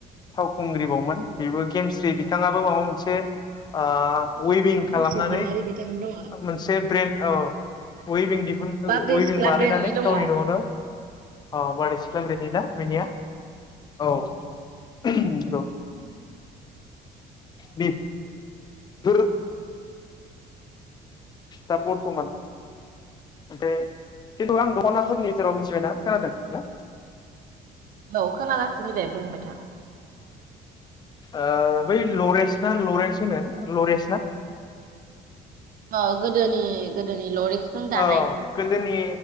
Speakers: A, on the left; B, on the right.
A: फावखुंग्रिबावमोन बेबो गेमस्रि बिथाङाबो माबा मोनसे आ वइभिं खालामनानै
B: हिमसु दैमारि बिथां दङ ओ
A: मोनसे ब्रेन्द औ वइभिं दि
B: बारदै
A: उइभिं
B: सिख्ला
A: बानायनानै
B: ब्रेन्डनि दङ
A: गावनि नआवनो अ बायदिसि- सान्दि गैला गैनाया औ औ बि सोर? दा बरथमान ओमफ्राय खिन्थु आं दख'नाफोरनिेजेराव मिथिबायना खोनादों ना?
B: औ खोनागासिनो दे बुंबाय था
A: अ बै लरेस ना लरेन्स होनो लरेस ना?
B: ओ गोदोनि गोदोनि लरिक्सजों दानाय
A: औ गोदोनि